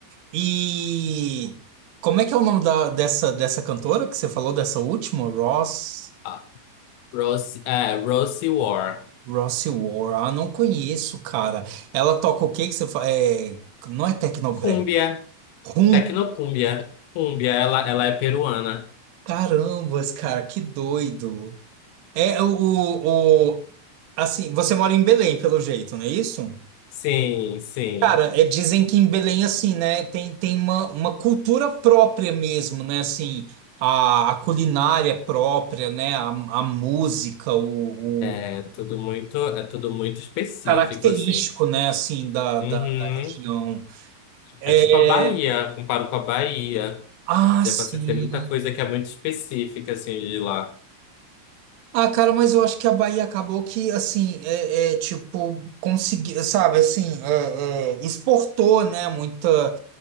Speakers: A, on the right (about 75°); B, on the left (about 80°).
A: E como é que é o nome da, dessa, dessa cantora que você falou, dessa última? Ross?
B: Ah, Rose, é, Rose War.
A: Rossi War, ah, não conheço, cara. Ela toca o que que você fala? É, não é Tecnobrega,
B: Cúmbia,
A: cumbia.
B: Tecnocúmbia. Cúmbia, ela, ela é peruana.
A: Carambas, cara, que doido. É o, o, o- assim, você mora em Belém, pelo jeito, não é isso?
B: Sim, sim.
A: Cara, é, dizem que em Belém, assim, né, tem, tem uma, uma cultura própria mesmo, né, assim, a, a culinária própria, né, a, a música, o, o
B: É tudo muito, é tudo muito específico,
A: característico,
B: assim.
A: né, assim, da, da
B: Uhum.
A: da região. É,
B: É tipo a Bahia, comparo com a Bahia.
A: Ah,
B: Já
A: sim.
B: pra você ter muita coisa que é muito específica, assim, de lá.
A: Ah, cara, mas eu acho que a Bahia acabou que, assim, é, é, tipo, conseguiu, sabe, assim, é, é, exportou, né, muita,